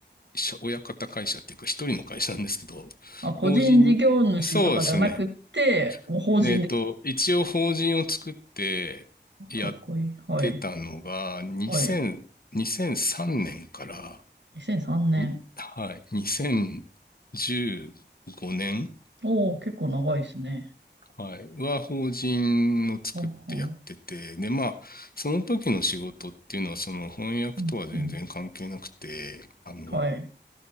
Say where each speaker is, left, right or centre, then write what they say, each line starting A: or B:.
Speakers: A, on the left (about 55°); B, on the right (about 75°).
A: 社、親方会社っていうか一人の会社なんですけど、
B: まあ、個人事業主とかではなくて、
A: 法人、そうですね。
B: もう法人で。
A: えっと、一応法人を作ってやっ
B: かっこいい。はい。
A: てたのが、2000、
B: はい。
A: 2 3年から、
B: 2003年。
A: にはい、2015年
B: おお、結構長いですね。
A: はい。は、法人を作ってやってて、
B: はあは。
A: で、まあ、その時の仕事っていうのは、その翻訳とは全然関係なくて、
B: うんうん。
A: あの、
B: はい。